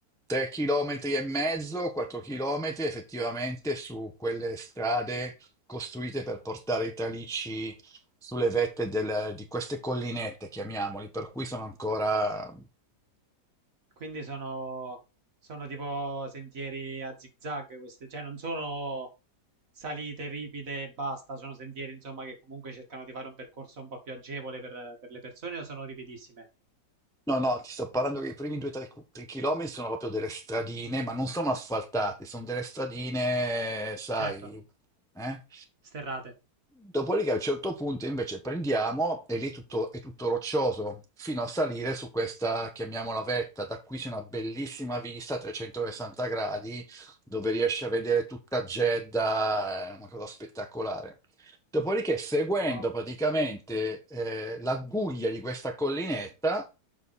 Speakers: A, in the centre; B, on the right.
A: Tre chilometri e mezzo, quattro chilometri, effettivamente su quelle strade costruite per portare i tralicci sulle vette del- di queste collinette, chiamiamoli, per cui sono ancora...
B: Quindi sono, sono tipo sentieri a zigzag, queste, cioè non sono salite ripide e basta, sono sentieri insomma che comunque cercano di fare un percorso un po' più agevole per, per le persone o sono ripidissime?
A: No, no, ti sto parlando che i primi 2-3 chilometri sono proprio delle stradine, ma non sono asfaltate, sono delle stradine, sai,
B: Certo,
A: eh?
B: sterrate.
A: Dopodiché a un certo punto invece prendiamo e lì tutto, è tutto roccioso fino a salire su questa, chiamiamola vetta. Da qui c'è una bellissima vista a 360 gradi dove riesci a vedere tutta Jeddah, è una cosa spettacolare. Dopodiché, seguendo
B: Wow.
A: praticamente eh, la guglia di questa collinetta,